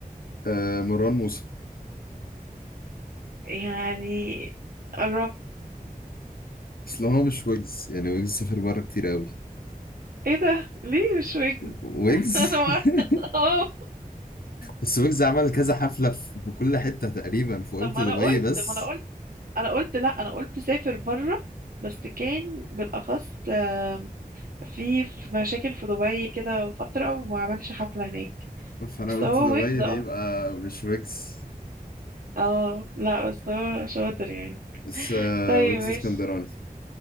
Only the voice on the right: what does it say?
يعني قربت
ايه ده ليه مش ويجز
<laughs> انا ما اعرف
اه
طب ما
انا قلت
ما انا قلت انا قلت لا انا قلت سافر بره بس كان بالاخص آم، في في مشاكل في دبي كده فترة وما عملش حفلة هناك
بس
هو
ويجز اه
اه لا بس هو شاطر يعني
طيب
ماشي